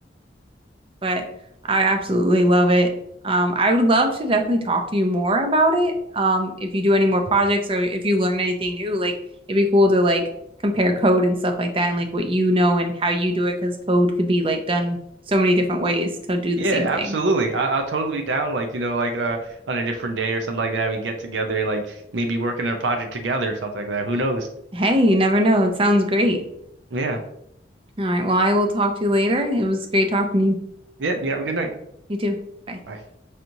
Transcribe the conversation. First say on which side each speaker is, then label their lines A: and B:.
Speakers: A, on the right; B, on the right.
A: but I absolutely love it. Um, I would love to definitely talk to you more about it. Um, if you do any more projects or if you learn anything new, like it'd be cool to like compare code and stuff like that and like what you know and how you do it because code could be like done so many different ways to do the
B: Yeah,
A: same
B: absolutely.
A: thing.
B: I I'll totally be down. Like you know, like uh, on a different day or something like that, we get together and like maybe work on a project together or something like that. Who knows?
A: Hey, you never know. It sounds great.
B: Yeah,
A: All right. Well, I will talk to you later. It was great talking to you.
B: yeah. You have a good night.
A: You too. Bye.
B: Bye.